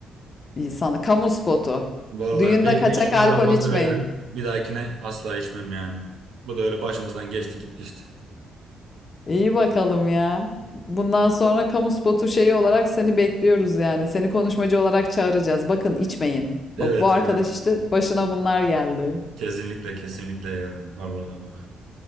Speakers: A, on the left; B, on the right.
A: sana. Kamu spotu.
B: Vallahi
A: Düğünde
B: be-
A: kaçak
B: 500
A: alkol
B: lira fazla
A: içmeyin.
B: veririm. Bir dahakine asla içmem yani. Bu da öyle başımızdan geçti gitti işte.
A: İyi bakalım ya. Bundan sonra kamu spotu şeyi olarak seni bekliyoruz yani. Seni konuşmacı olarak çağıracağız. Bakın içmeyin.
B: Evet
A: Bak bu arkadaş
B: evet.
A: işte başına bunlar geldi.
B: Kesinlikle kesinlikle ya. Vallahi bak.